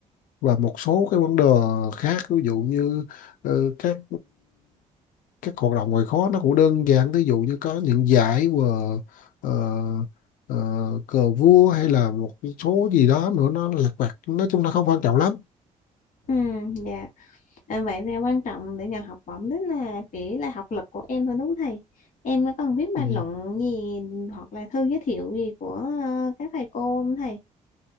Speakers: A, on the left; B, on the left.
A: và một số cái vấn đề khác ví dụ như ờ, các các hoạt động ngoại khóa nó cũng đơn giản ví dụ như có những giải và ờ, ờ, cờ vua hay là một cái số gì đó nữa nó lặt vặt nói chung nó không quan trọng lắm
B: Ừ, dạ. À, vậy nè quan trọng để nhận học bổng tức là chỉ là học lực của em thôi đúng không thầy? Em có cần viết bài
A: ừ.
B: luận gì hoặc là thư giới thiệu gì của ờ, các thầy cô không thầy?